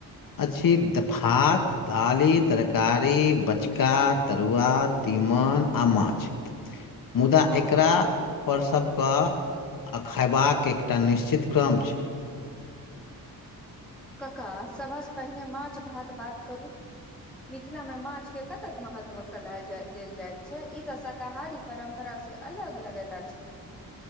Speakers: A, on the left (about 65°); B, in the centre.
A: अछि दऽ भात दिली तरकारी बचका तरुआ तीमन आ माछ
B: <inaudible>
A: मुदा
B: हँ
A: एकरा पर सभकेँ आ खयबाक एकटा निश्चित क्रम छै
B: काका सभसँ पहिने माछ भात बात करू मिथिला मे माछ के कतेक महत्व कलह देल जायत छै ई तऽ शाकाहारी परम्परा से अलग लगैत अछि